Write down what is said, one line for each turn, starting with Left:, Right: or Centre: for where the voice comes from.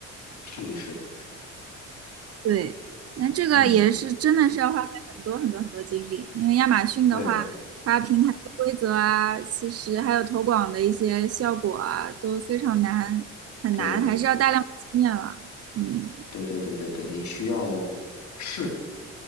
Left: 试一试，
Right: 对，那这个也是真的是要花费很多很多很多精力，
Left: 嗯，
Right: 因为亚马逊的话，
Left: 对
Right: 它平台的规则啊，其实还有投广的一些效果啊，都非常难，很难，
Left: 对
Right: 还是要大量经验了。嗯
Left: 对对对对对，得需要试。